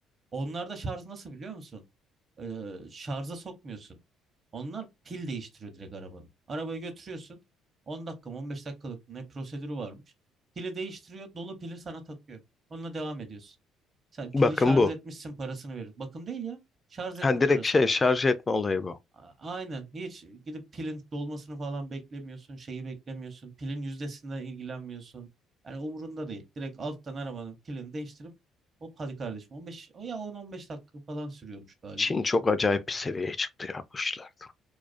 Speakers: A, on the right (about 40°); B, on the left (about 30°).
A: Onlarda şarj nasıl biliyor musun? Ee, şarja sokmuyorsun. Onlar pil değiştiriyor direkt arabanın. Arabayı götürüyorsun. on dakika mı 15 dakikalık ne prosedürü varmış. Pili değiştiriyor. Dolu pili sana takıyor. Onunla devam ediyorsun. Sen pili
B: Bakın
A: şarj
B: bu.
A: etmişsin parasını verir. Bakım değil ya. Şarj etme
B: Ha,
A: parası
B: direkt şey
A: gibi.
B: şarj etme olayı bu.
A: A- Aynen. Hiç gidip pilin dolmasını falan beklemiyorsun. Şeyi beklemiyorsun. Pilin yüzdesinden ilgilenmiyorsun. Yani umurunda değil. Direkt alttan arabanın pilini değiştirip hop hadi kardeşim 15 o ya 10-15 dakika falan sürüyormuş galiba.
B: Çin çok acayip bir seviyeye çıktı ya bu işlerde.